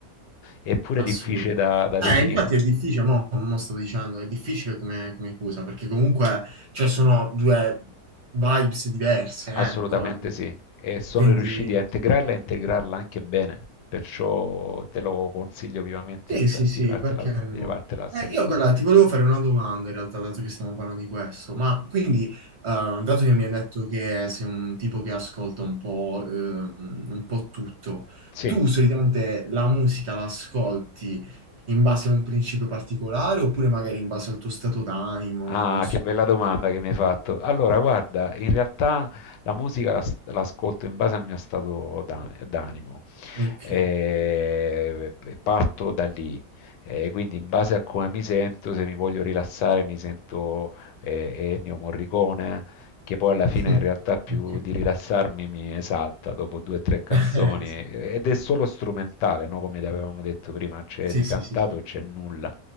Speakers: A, on the left (about 85°); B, on the right (about 50°).
A: Eppure
B: Assurdo.
A: è difficile da da
B: Eh,
A: definire.
B: infatti è difficile, mo, mo stavo dicendo, è difficile come, come cosa, perché comunque, cioè, sono due vibes diverse, ecco.
A: Assolutamente
B: eh. ecco.
A: sì, e sono
B: Quindi...
A: riusciti a integrarla e integrarla anche bene, perciò te lo consiglio vivamente
B: Sì,
A: and-
B: sì, sì,
A: di vartela,
B: perché no?
A: di vartela a sentire.
B: Eh, io, guarda, ti volevo fare una domanda in realtà, dato che stiamo parlando di questo, ma quindi, eh, dato che mi hai detto che sei un tipo che ascolta un po', ehm, un po' tutto,
A: Sì.
B: tu solitamente la musica la ascolti in base a un principio particolare oppure magari in base al tuo stato d'animo,
A: Ah,
B: non so.
A: che bella domanda che mi hai fatto. Allora, guarda, in realtà la musica la- l'ascolto in base al mio stato d'an- d'animo.
B: Ok.
A: e e parto da lì. E quindi in base a come mi sento, se mi voglio rilassare, mi sento eh, Ennio Morricone, che poi alla fine
B: Mm,
A: in realtà più
B: Ok.
A: di rilassarmi mi esalta dopo due o tre canzoni
B: <laughs> Eh,
A: ed è solo strumentale, no? Come avevamo detto prima, c'è
B: Sì,
A: di
B: sì,
A: cantato
B: sì, sì. sì.
A: c'è nulla.